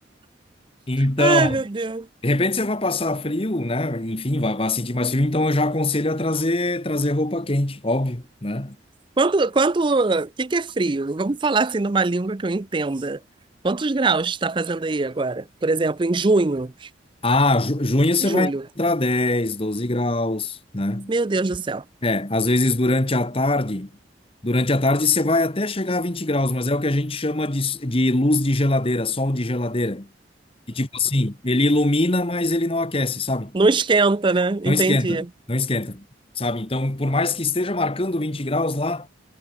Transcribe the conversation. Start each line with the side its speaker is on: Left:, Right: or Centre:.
Left: Então,
Right: Ai, meu Deus.
Left: De repente você vai passar frio, né? Enfim, vai, vai sentir mais frio, então eu já aconselho a trazer, trazer roupa quente, óbvio, né?
Right: Quanto, quanto, o que que é frio? Vamos falar assim numa língua que eu entenda. Quantos graus está fazendo aí agora? Por exemplo, em junho,
Left: Ah, ju- junho você
Right: em julho.
Left: vai encontrar 10, 12 graus, né?
Right: Meu Deus do céu.
Left: É, às vezes durante a tarde, durante a tarde você vai até chegar a 20 graus, mas é o que a gente chama de, de luz de geladeira, sol de geladeira. E tipo assim, ele ilumina, mas ele não aquece, sabe?
Right: Não esquenta, né?
Left: Não
Right: Entendi,
Left: esquenta, não esquenta, sabe? Então, por mais que esteja marcando 20 graus lá,